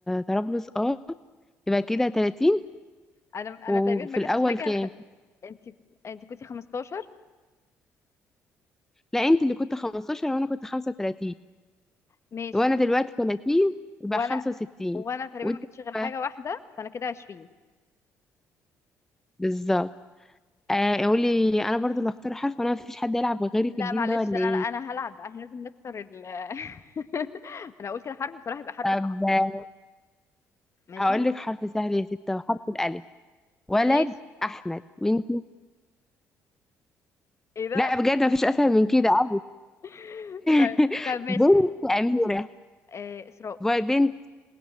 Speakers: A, in the centre; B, on the left.
A: طرابلس اه يبقى كده 30
B: أنا
A: وفي
B: أنا تقريبا ما جبتش
A: الاول
B: حاجة
A: كام
B: رخ... أنت أنت كنتي 15
A: لا انت اللي كنت 15 وانا كنت 35
B: ماشي
A: وانا دلوقتي 30 يبقى
B: وأنا
A: 65
B: وأنا تقريبا
A: وانت
B: ما جبتش غير حاجة
A: بقى
B: واحدة فأنا كده 20
A: بالظبط آه قولي انا برضو اللي اختار حرف وانا مفيش حد يلعب غيري
B: لا
A: في الجيم
B: معلش
A: ده ولا ايه
B: أنا أنا هلعب بقى احنا لازم نكسر ال <laughs> أنا أقول كده حرف بصراحة يبقى حرف
A: طب
B: صعب
A: آه،
B: ماشي
A: هقول لك حرف سهل يا ستة وحرف الالف ولد
B: ماشي
A: احمد وانت
B: إيه ده
A: لا بجد مفيش اسهل من كده أوي
B: <laughs> طيب
A: <laughs>
B: طب ماشي
A: بنت اميرة
B: آه، إسراء
A: بنت